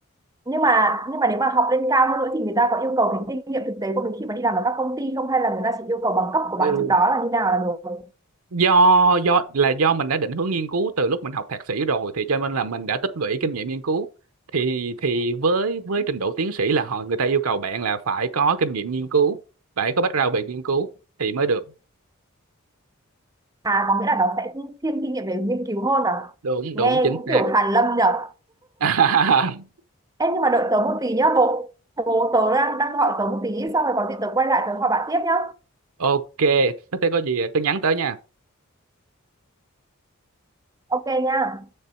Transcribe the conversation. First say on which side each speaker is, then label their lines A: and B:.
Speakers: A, on the right; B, on the right.
A: Nhưng mà nhưng mà nếu mà học lên cao hơn nữa thì người ta có yêu cầu cái kinh nghiệm thực tế của mình khi mà đi làm ở các công ty không hay là người ta chỉ yêu cầu bằng cấp
B: ừ.
A: của bạn trước đó là như nào là được?
B: do do là do mình đã định hướng nghiên cứu từ lúc mình học thạc sĩ rồi thì cho nên là mình đã tích lũy kinh nghiệm nghiên cứu thì thì với với trình độ tiến sĩ là họ người ta yêu cầu bạn là phải có kinh nghiệm nghiên cứu phải có background về nghiên cứu thì mới được
A: À có nghĩa là nó sẽ thiên kinh nghiệm về nghiên cứu hơn à?
B: đúng
A: Nghe
B: đúng chính
A: cũng
B: xác
A: kiểu hàn lâm nhở
B: <laughs>
A: Em nhưng mà đợi tớ một tí nhá bố Bố tớ đang, đang gọi tớ một tí Xong rồi có gì tớ quay lại tớ hỏi bạn tiếp nhá
B: ok thế có gì cứ nhắn tới nha
A: Ok nha